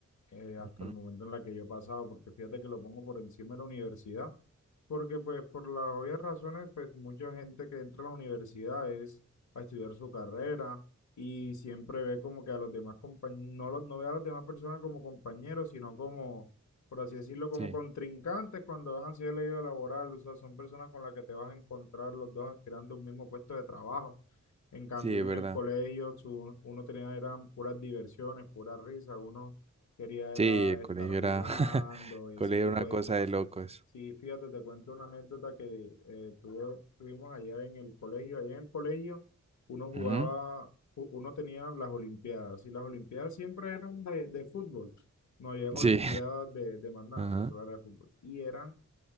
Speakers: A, on the left; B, on the right.
A: eh, hasta
B: Ujú.
A: el momento en la que yo he pasado, porque fíjate que lo pongo por encima de la universidad. Porque pues por las obvias razones, pues mucha gente que entra a la universidad es a estudiar su carrera y siempre ve como que a los demás compañeros, no, los- no ve a las demás personas como compañeros, sino como, por así decirlo, como
B: Sí,
A: contrincantes cuando van hacia el leído laboral, o sea, son personas con las que te vas a encontrar los dos aspirando a un mismo puesto de trabajo. En cambio,
B: Sí,
A: uno
B: es verdad.
A: en el colegio, su- uno tenía, eran puras diversiones, puras risas, uno quería
B: Sí,
A: era
B: el colegio
A: estar jugando
B: era, <laughs> el
A: y
B: colegio
A: ese tipo
B: era una cosa
A: de cosas.
B: de locos.
A: Sí, fíjate, te cuento una anécdota que eh, tuve- tuvimos allá en el colegio. Allá en el colegio uno jugaba,
B: Ujú.
A: fu- uno tenía las olimpiadas y las olimpiadas siempre eran de, de fútbol. No había olimpiadas
B: Sí.
A: de, de más nada,
B: Ajá.
A: o sea, solo era de fútbol. Y eran